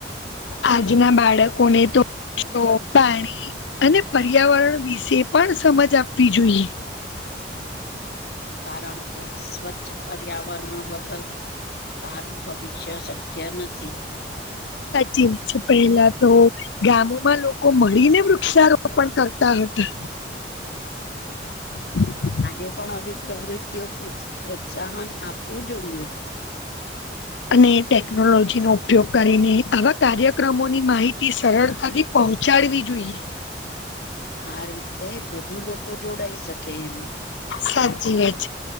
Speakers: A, on the left; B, on the left.
A: આજના બાળકોને તો શો પાણી અને પર્યાવરણ વિશે પણ સમજ આપવી જોઈએ.
B: <inaudible> <inaudible> કારણ કે સ્વચ્છ પર્યાવરણ વગર સારું <inaudible> ભવિષ્ય શક્ય નથી.
A: સાચી વાત છે પેલા તો ગામોમાં લોકો મળીને વૃક્ષારોપણ કરતા હતા. <inaudible>
B: આજે પણ આવી પ્રવૃતિઓ પ્રોત્સાહન આપવું જોઈએ.
A: અને ટેકનોલોજીનો ઉપયોગ કરીને આવા કાર્યક્રમોની માહિતી સરળતાથી પહોંચાડવી જોઈએ.
B: આ રીતે વધુ લોકો જોડાઈ શકે એમ.
A: સાચી વાત